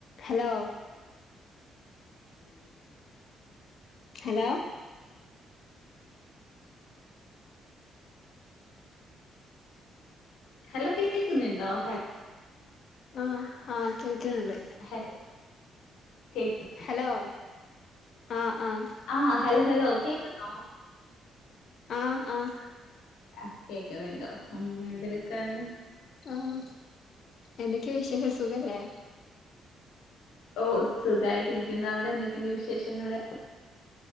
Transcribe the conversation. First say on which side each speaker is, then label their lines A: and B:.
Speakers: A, on the left; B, on the left.
A: Hello
B: <inaudible>
A: hello
B: hello കേക്കുന്നിണ്ടോ ഹല്
A: ആഹ് ആഹ് കേക്കുന്ന്ണ്ട്
B: ഹൽ കേക്ക്
A: ഹലോ ആഹ് ആഹ്
B: ആഹ് ഹൽ ഹലോ കേക്കുന്നോ
A: ആഹ് ആഹ്
B: ആഹ് കേക്കുന്നുണ്ടോ ഉം എന്തെടുക്കാണ്
A: ആഹ് എന്തൊക്കെയാ വിശേഷം സുഖല്ലേ
B: ഓഹ് സുഖായിട്ടിരിക്കുന്നു അവിടെ എന്തൊക്കെയുണ്ട് വിശേഷങ്ങള്